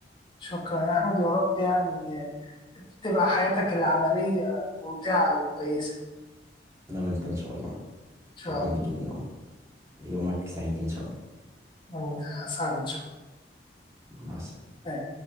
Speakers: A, on the left; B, on the right.
A: شكرا يا أحمد يا رب يعني تبقى حياتك العملية ممتعة وكويسة
B: أنا وأنت إن شاء الله
A: إن
B: شكرا
A: شاء الله
B: ليك جدا يا عمر يومك سعيد إن شاء الله
A: وأنت سعد إن شاء
B: مع السلامة
A: الله